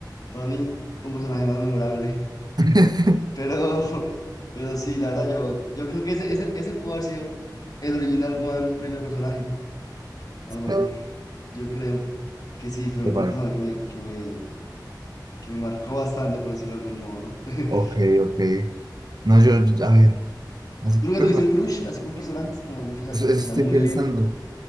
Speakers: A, on the left (about 55°); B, on the right (about 60°).
A: para mí un personaje más memorable,
B: <laughs>
A: pero, <laughs> pero sí, la verdad yo, yo creo que ese, ese, ese pudo haber sido el original One primer personaje, a lo mejor,
B: De,
A: yo creo que sí, fue, un-
B: de
A: fue
B: parar.
A: un personaje que me, que me, que me marcó bastante, por decirlo de algún modo, ¿no? <laughs>
B: Ok, ok. No, yo, a ver. Así
A: ¿Tú
B: que
A: nunca
B: perla,
A: tuviste un crush así con personajes, como algún personaje
B: eso,
A: que te
B: eso
A: parecía
B: estoy
A: muy
B: pensando.
A: lindo?